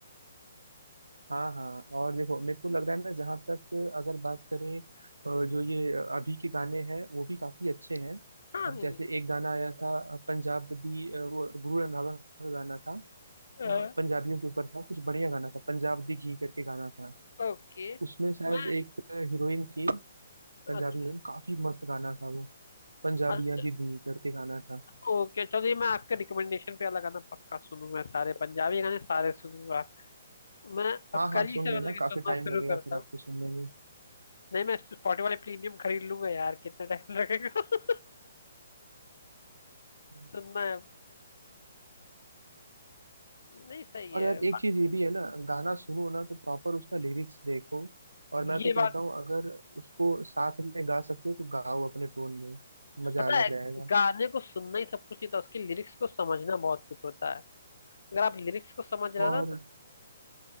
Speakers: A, on the right (about 75°); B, on the left (about 60°).
A: हाँ हाँ और देखो मेरे को लग रहा है ना जहाँ तक अगर बात करें अ, जो ये अभी के गाने हैं वो भी काफी अच्छे हैं
B: हाँ
A: अब
B: नहीं
A: जैसे एक गाना आया था पंजाब दी अ, वो गुरु रंधावा का गाना था
B: नहीं
A: अ, पंजाबियों के ऊपर था कुछ बढ़िया गाना था पंजाब दी घी करके गाना था
B: ओके
A: उसमें शायद
B: मैं
A: एक हीरोइन थी पंजाबी
B: अच्छा
A: हीरोइन काफी मस्त गाना था वो पंजाबियां
B: अच्छा
A: दी दी करके गाना था
B: ओके चलिए मैं आपके रिकमेंडेशन पे लगाना पक्का सुनूंगा सारे पंजाबी गाने सारे सुनूंगा मैं अब
A: हाँ
B: कल
A: हाँ सुन
B: ही से
A: लेना
B: मतलब कि
A: काफी
B: सुनना
A: टाइम
B: शुरू
A: लगेगा
B: करता
A: फिर
B: हूँ
A: आपको सुनने में
B: नहीं मैं स्पॉटिफाई प्रीमियम खरीद लूंगा यार कितना टाइम लगेगा
A: हम्म
B: <laughs> सुनना है अब। नहीं सही
A: और
B: है
A: यार एक चीज ये भी है ना गाना सुनो ना तो प्रॉपर उसका लिरिक्स देखो और मैं
B: ये
A: तो कहता
B: बात
A: हूँ अगर उसको साथ में गा सकते हो तो गाओ अपने टोन में मजा
B: पता
A: अलग
B: है
A: रहेगा
B: गाने को सुनना ही सब कुछ नहीं था उसकी लिरिक्स को समझना बहुत कुछ होता है अगर आप लिरिक्स को समझ रहे
A: और
B: हो ना तो,